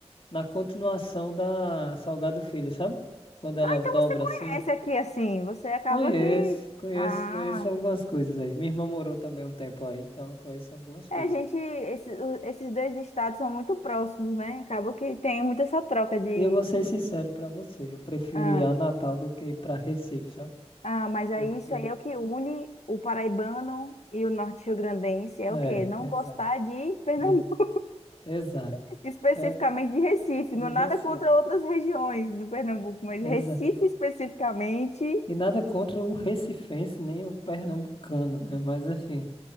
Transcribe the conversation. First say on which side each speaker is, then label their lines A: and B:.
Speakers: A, on the left; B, on the left.
A: na continuação da Salgado Filho, sabe? Quando ela
B: Ah, então
A: dobra
B: você conhece
A: assim.
B: aqui, assim, você acaba
A: Conheço,
B: que.
A: conheço,
B: Ah.
A: conheço algumas coisas aí. Minha irmã morou também um tempo aí, então eu conheço algumas coisas.
B: É, a gente, esse- o- esses dois estados são muito próximos, né? Acaba que tem muita essa troca de,
A: E eu vou ser sincero pra você, eu prefiro
B: ah,
A: ir a Natal do que ir pra Recife, sabe?
B: ah, mas
A: Porque,
B: aí isso aí é o que une o paraibano e o norte-riograndense, é
A: é,
B: o quê? Não
A: exato.
B: gostar de Pernambuco,
A: De, exato.
B: <laughs> especificamente
A: É,
B: de Recife,
A: de
B: não
A: Recife,
B: nada contra outras regiões do Pernambuco, mas
A: exato.
B: Recife especificamente,
A: E nada contra o recifense nem o pernambucano, né? Mas assim,